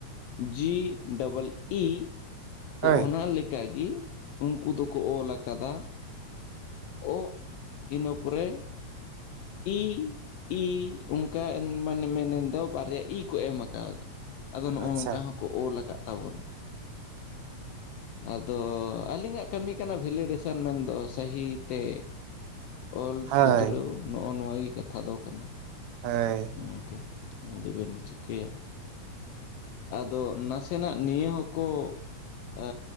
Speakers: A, on the left; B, on the right.
A: ᱡᱤ ᱰᱚᱵᱚᱞ ᱤ ᱛᱚ
B: ᱦᱳᱭ
A: ᱚᱱᱟ ᱞᱮᱠᱟᱜᱮ ᱩᱝᱠᱩ ᱫᱚᱠᱚ ᱚᱞ ᱠᱟᱫᱟ ᱚᱜ ᱤᱱᱟᱹ ᱯᱚᱨᱮ ᱤ <unintelligible> ᱤ ᱚᱝᱠᱟ ᱢᱟᱱᱮ ᱢᱮᱱᱮᱱ ᱫᱚ ᱵᱟᱨᱭᱟ ᱤ ᱠᱚ ᱮᱢ ᱠᱟᱣᱫᱟ ᱟᱫᱚ ᱱᱚᱜᱼᱚ
B: ᱟᱪᱪᱷᱟ
A: ᱱᱚᱝᱠᱟ ᱦᱚᱸᱠᱚ ᱚᱞ ᱟᱠᱟᱫ ᱛᱟᱵᱚᱱᱟ ᱟᱫᱚ ᱟᱹᱞᱤᱧᱟᱜ ᱠᱟᱹᱢᱤ ᱠᱟᱱᱟ ᱵᱷᱮᱞᱤᱰᱮᱥᱚᱱ ᱢᱮᱱᱫᱚ ᱥᱟᱹᱦᱤᱛᱮ ᱚᱞ
B: ᱦᱳᱭ
A: ᱥᱩᱫᱷᱨᱟᱹᱣ ᱱᱚᱜᱼᱚ ᱱᱚᱣᱟᱜᱮ ᱠᱟᱛᱷᱟ ᱫᱚ ᱠᱟᱱᱟ
B: ᱦᱳᱭ
A: ᱤᱱᱠᱟ. ᱟᱫᱚ ᱵᱤᱱ ᱪᱤᱠᱟᱹᱭᱟ ᱟᱫᱚ ᱱᱟᱥᱮ ᱥᱮᱱᱟᱜ ᱱᱤᱭᱟᱹ ᱦᱚᱸᱠᱚ ᱟ